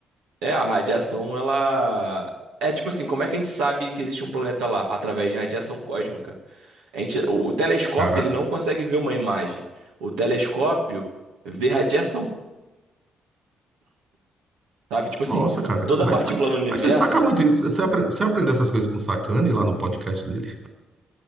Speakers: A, on the right; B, on the right.
A: É, a radiação, ela. É tipo assim, como é que a gente sabe que existe um planeta lá? Através de radiação cósmica. A gente... O, o telescópio,
B: Cara,
A: ele não consegue ver uma imagem. O telescópio vê radiação, sabe? Tipo
B: nossa,
A: assim,
B: cara.
A: toda
B: Mas,
A: partícula
B: mas,
A: no universo,
B: mas você saca muito isso. Você, apre, você aprendeu essas coisas com o Sacani lá no podcast dele?